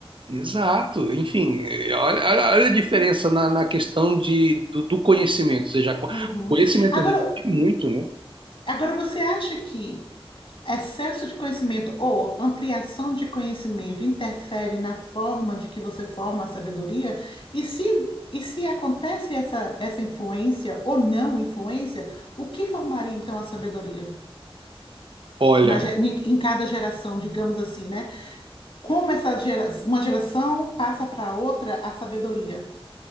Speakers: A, on the right (about 55°); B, on the left (about 50°).
A: Exato, enfim, eh, olha, olha- olha a diferença na, na questão de, do, do conhecimento, ou seja,
B: Uhum.
A: o conhecimento
B: Agora,
A: ajuda muito, né?
B: agora você acha que excesso de conhecimento ou ampliação de conhecimento interfere na forma de que você forma a sabedoria? E se, e se acontece essa, essa influência ou não influência, o que formaria então a sabedoria?
A: Olha,
B: Na, ge- em em cada geração, digamos assim, né? Como essa gera- uma geração passa para outra a sabedoria.